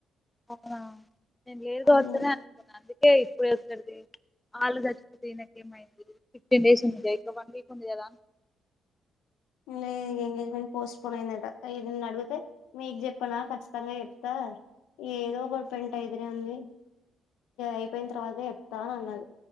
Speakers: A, on the left; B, on the left.
A: అవునా నేను లేదు
B: అందరు
A: కావచ్చనే అనుకున్నాను అందుకే ఇప్పుడే ఒక్కడిది వాళ్ళు చచ్చిపోతే ఈయనకి ఏమైంది ఫిఫ్టీన్ డేస్ ఉంది క ఇకా వన్ వీక్ ఉంది కదా
B: లే ఎంగేజ్మెంట్ పోస్ట్పోన్ అయిందట ఇ నన్ను అడిగితే మీకు చెప్పనా ఖచ్చితంగా చెప్తా ఏదో ఒక పెంటయ్ ఈడుంది అయిపోయిన తర్వాతే చెప్తా అని అన్నది